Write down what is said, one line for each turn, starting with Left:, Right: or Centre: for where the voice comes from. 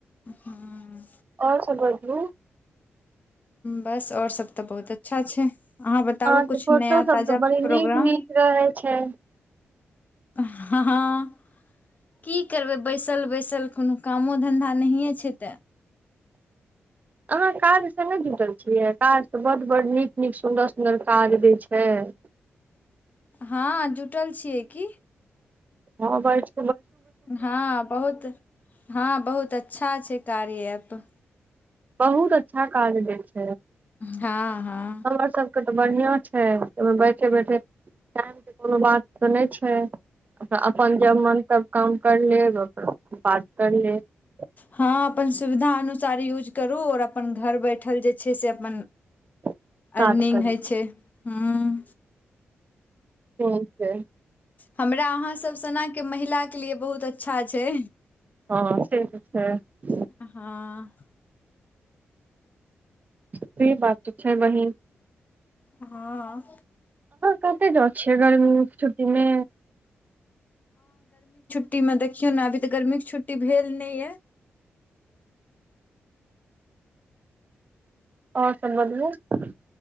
Left: हूँ
Right: ओर सब बतबु
Left: बस और सब तऽ बहुत अच्छा छै अहाँ बताबु
Right: अहाँके
Left: कुछ
Right: फोटो
Left: नया
Right: सब
Left: ताजा
Right: तऽ बड़ी
Left: प्रोग्राम
Right: नीक नीक रहै छै
Left: हँ हाँ की करबै बैसल बैसल कोनो कामो धन्धा नहिए छै तऽ
Right: अहाँ काज सँ नहि जुटल छियै काज त बड्ड बड्ड नीक नीक सुन्दर सुन्दर काज दैत छै <inaudible>
Left: हँ जुटल छियै की
Right: हँ बस
Left: हँ बहुत हँ बहुत अच्छा छै कार्य ऐप
Right: बहुत अच्छा काज दै छै
Left: हँ हँ
Right: हमर सबके तऽ बढ़ियां छै ओहिमे बैठे बैठे टाइमके कोनो बात तऽ नहि छै अपन जब मन तब काम कर लेब बात कर लेब
Left: हँ अपन सुविधा अनुसार यूज करू आओर अपन घर बैठल जे छै से अपन
Right: <inaudible>
Left: अर्निंग
Right: कर
Left: होइ छै हुं
Right: हं छै
Left: हमरा अहाँसभ सनाके महिलाके लिए बहुत अच्छा छै
Right: हँ से तऽ छै
Left: हँ
Right: से बात तऽ छै बहिन
Left: हँ
Right: कत जाइ छियै गर्मी छुट्टीमे
Left: छुट्टी मे देखियौ ने अभी तऽ गर्मीके छुट्टी भेल नहि ये
Right: आओर सुन बदलू <unintelligible>